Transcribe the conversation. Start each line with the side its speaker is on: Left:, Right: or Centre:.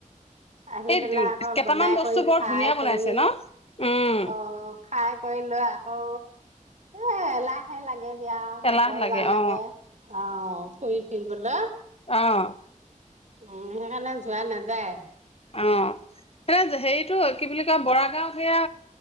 Right: আহি
Left: এই
Right: পেলাই আকৌ
Left: কেইটামান
Right: বনাই
Left: বস্তু
Right: কৰি
Left: বৰ
Right: খাই
Left: ধুনীয়া বনাইছে
Right: কৰি
Left: ন উম
Right: অহ খাই কৰি লৈ আকৌ এ এলাহে লাগে দিয়া
Left: এলাহ
Right: ভাগৰ জাল লাগে
Left: অ
Right: অ ফুৰি ফুৰিবলৈ
Left: অ
Right: উম সেইকাৰণে যোৱা নাযায়
Left: অ' এ হেৰিটো কি বুলি কয় বৰাগাঁও সেয়া